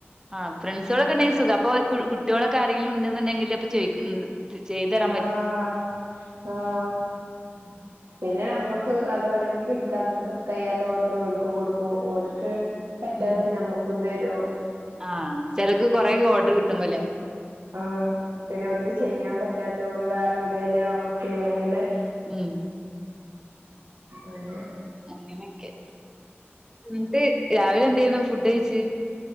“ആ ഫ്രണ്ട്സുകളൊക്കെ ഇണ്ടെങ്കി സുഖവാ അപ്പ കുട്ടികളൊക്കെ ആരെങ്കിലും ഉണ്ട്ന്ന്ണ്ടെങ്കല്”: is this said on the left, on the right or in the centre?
Right